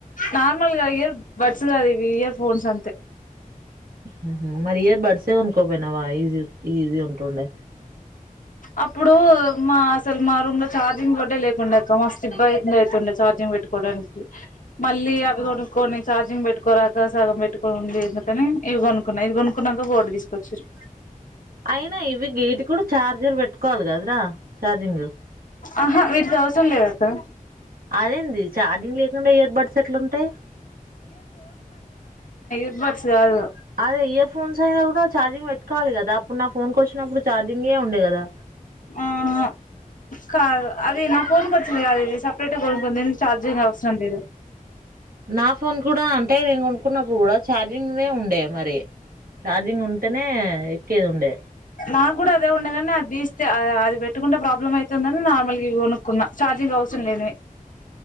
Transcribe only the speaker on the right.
హ్మ్ హు మరి ఇయర్ బర్డ్స్ కొన్కోపోయిన వా ఈజీ ఈజీ ఉంటుండే.
అయినా ఇవి గీటికూడా చార్జర్ పెట్ ట్టుకోవాలి కదారా చార్జింగు
అదేంది చార్జింగ్ లేకుండా ఇయర్బర్డ్స్ ఎట్లుంటయ్?
అదే ఇయర్ఫోన్స్ చైనా కూడా చార్జింగ్ పెట్కోవాలి కదా, అప్పుడు నా ఫోన్కి వచ్చినప్పుడు‌ చార్జింగే ఉండే కదా.
నా ఫోన్ కూడ అంటే నేను కొనుక్కున్నప్పుడు కూడ చార్జింగ్వే ఉండే మరి చార్ జింగ్ ఉంటేనే ఎక్కేదుండే.